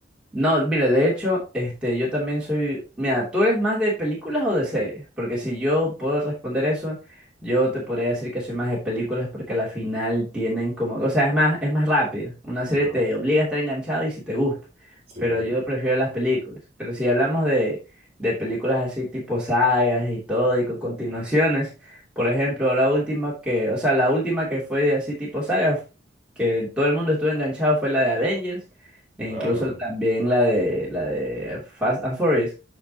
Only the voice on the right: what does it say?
Claro.
Sí,
claro.